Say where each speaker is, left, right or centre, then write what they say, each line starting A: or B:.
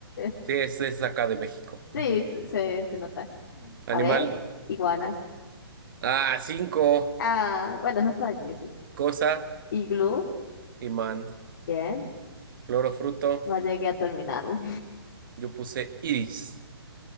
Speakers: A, on the left; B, on the right.
A: <laughs>
B: Sí, es, es acá de México.
A: Sí,
B: Ajá.
A: se, se nota.
B: Animal,
A: A ver, iguana.
B: ah, cinco
A: Ah, bueno, eso está difícil.
B: Cosa,
A: Iglú,
B: imán.
A: bien.
B: Flor o fruto,
A: No llegué a terminarlo.
B: yo puse iris.